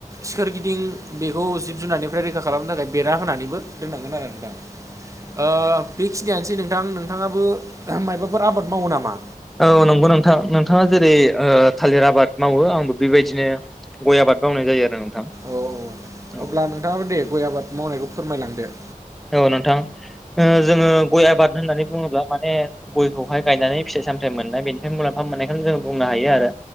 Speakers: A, on the right; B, in the centre.
A: सोरगिदिं बेखौ जिब - जुनारनिफ्राय रैखा खालामनो थाखाय बेरना होनानैबो दोननांगोन आरो नोंथाङा‌।
B: <inaudible>
A: ओ बेखिनियानोसै नोंथां नोंथाङाबो मायबाफोर आबाद मावो नामा?
B: औ नंगौ नोंथां नोंथाङा जेरै ओ थालिर आबाद मावो आंबो बेबायदिनो गय आबाद मावनाय जायो आरो नोंथां।
A: औ - औ
B: औ
A: अब्ला नोंथाङाबो दे गय आबाद मावनायखौ फोरमायलांदो?
B: औ नोंथां ओ जोङो गय आबाद होननानै बुङोब्ला माने गयखौहाय गायनानै फिथाइ - सामथाय मोननाय बेनिफ्राय मुलाम्फा मोननायखौनो जों बुंनो हायो आरो।